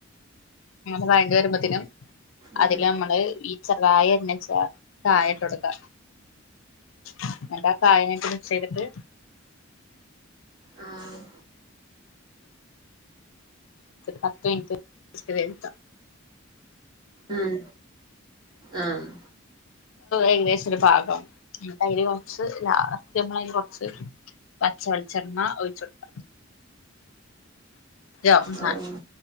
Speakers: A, on the left (about 80°); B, on the right (about 20°).
A: ന
B: ഉം ഉം ആഹ്
A: പത്ത് മിൻറ്റ്
B: ഉം ആഹ് ഉം
A: ഏകദേശം ഒരു പാകം ന്നട്ടയില് കൊറച്ച് ലാസ്റ്റ് അമ്മളയ്ന് കൊറച്ച് പച്ചവെളിച്ചെണ്ണ ഒഴിച്ചൊട്ക്കാ <unintelligible>
B: ഓ ഉം